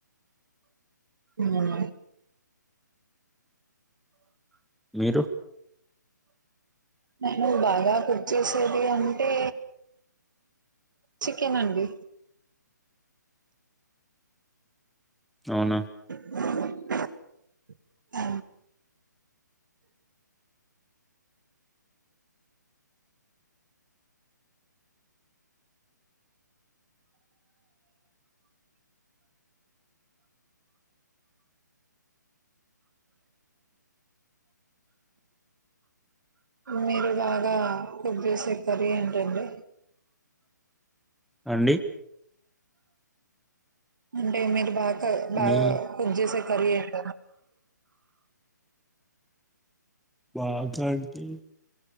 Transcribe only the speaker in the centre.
మీరు
అవునా
అండి
నే
బాగా అంటే